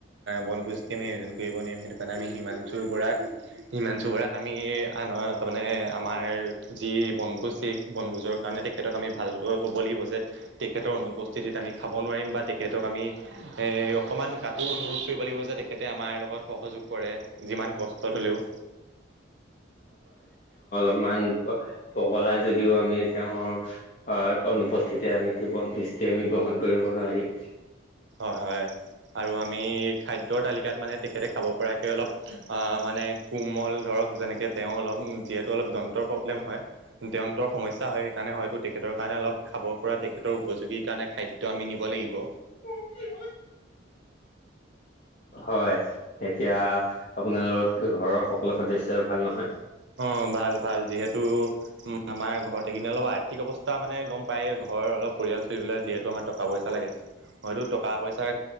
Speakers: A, on the right; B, on the left.
A: বনভোজটি আমি আয়োজন কৰিব নোৱাৰিম সেইটো কাৰণে আমি হিমাংশু বৰাক হিমাংশু বড়াক আমি আনৰ তাৰ মানে আমাৰ যি বনভোজ সেই বনভোজৰ কাৰণে তেখেত তেখেতক আমি ভালদৰে ক'ব লাগিব যে তেখেতৰ অনুপস্থিতিত আমি খাব নোৱাৰিম বা তেখেতক আমি অকণমান কাটোৰ অনুৰোধ কৰিব লাগিব যে তেখেতে আমাৰ লগত সহযোগ কৰে যিমান কষ্টত হ'লেও
B: ইমান পগলা যদিও আমি তেওঁৰ অ অনুপস্থিতি আমি সেই বনভূজতি আমি গ্ৰহণ কৰিব নোৱাৰিম
A: হয় হয় আৰু আমি খাদ্যৰ তালিকাত মানে তেখেতে খাব পৰাকে অলপ অ মানে কোমল ধৰক যেনেকে তেওঁ অলপ যিহেতু অলপ দাঁতৰ প্ৰব্লেম হয় দেন্তৰ সমস্যা হয় সেই কাৰণে হয়তো তেখেতৰ কাৰণে অলপ খাব পৰা ক্ষেত্ৰ উপযোগীৰ কাৰণে খাদ্য আমি নিব লাগিব।
B: <unintelligible> হয় এতিয়া আপোনালোকৰ ঘৰৰ সকলো সদস্য ভাল নহয়?
A: অ ভাল ভাল যিহেতু আমাৰ ঘৰতে এইকেইদিন অলপ আ আৰ্থিক অৱস্থা মানে গম পাই ঘৰৰ অলপ পৰিয়াল চলিবলে যিহেতু আমাৰ টকা পইচা লাগে। হয়তো টকা পইচাৰ